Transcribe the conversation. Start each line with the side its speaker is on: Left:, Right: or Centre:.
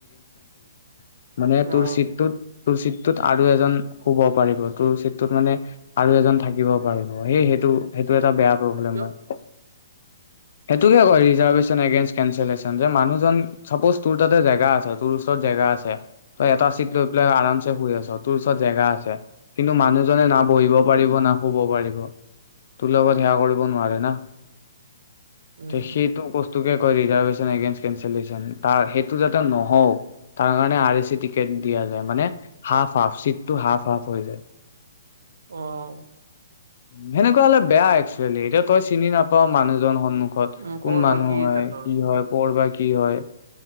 Left: <inaudible> মানে
Right: উম
Left: টোৰ
Right: অ
Left: চিটতোত তোৰ চিটটোত আৰু এজন শুব পাৰিব, তোৰ চিটটোত মানে আৰু এজন থাকিব পাৰিব, সেই সেইটো, সেইটো
Right: কিয়
Left: এটা বেয়া প্ৰব্লেম
Right: কিয়
Left: হয়। সেইটোকে কয় ৰিজাৰ্ভেশ্যন এগেনছ কেলেচন, যে মানুহজন চাপজ তোৰ তাতে জেগা আছে, তোৰ ওচৰত জেগা আছে। তই এটা, চিট লৈ পেলাই, আৰামচে শুই আছ, তোৰ ওচৰত জেগা আছে। কিন্তু মানুহজনে না বহিব পাৰিব, না শুব পাৰিব, তোৰ লগত সেৱা কৰিব নোৱাৰে না,
Right: উম
Left: সেইটো বস্তু ৰিজাৰ্ভাতিওঁ আগাঁইষ্ট কেঞ্চলেইছন, সেইটো যাতে নহওঁ, তাৰকাৰণে আৰ এচিত টিকেট দিয়া যায়, মানে হাফ, হাফ, চিটটো হাফ, হাফ, হৈ যায়।
Right: অ,
Left: সেনেকুৱা হ'লে বেয়া একচুৱেলি, এতিয়া তই চিনি নাপাওঁ, মানুহ জন সন্মুখন
Right: উম
Left: কোন
Right: কৰ
Left: মানুহ
Right: বা কি
Left: হয়,
Right: জাতৰ
Left: কি
Right: অ
Left: হয় কৰ, বা কি হয়।